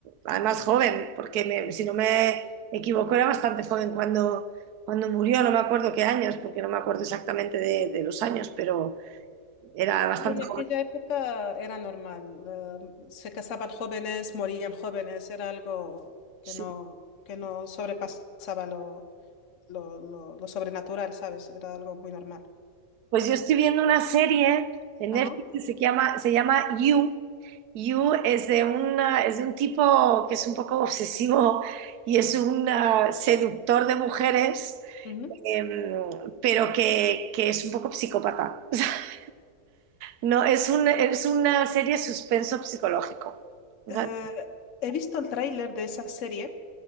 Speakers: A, on the right; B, on the left.
A: Además, joven, porque me- si no me equivoco, era bastante joven cuando, cuando murió, no me acuerdo qué años, porque no me acuerdo exactamente de, de los años, pero, Era bastante
B: pero en
A: joven.
B: aquella época era normal. eh, se casaban jóvenes, morían jóvenes, era algo
A: sí.
B: que no, que no sobrepasaba lo, lo, lo- lo sobrenatural, ¿sabes? Era algo muy normal.
A: Pues yo estoy viendo una serie en
B: Ajá.
A: Netflix que se llama, se llama You. You es de, una, es de un tipo que es un poco obsesivo y es un ah, seductor de mujeres,
B: Ujú.
A: em, pero que, que es un poco psicópata. <laughs> No, es un- es una serie suspenso psicológico. O
B: Eh,
A: sea,
B: he visto el tráiler de esa serie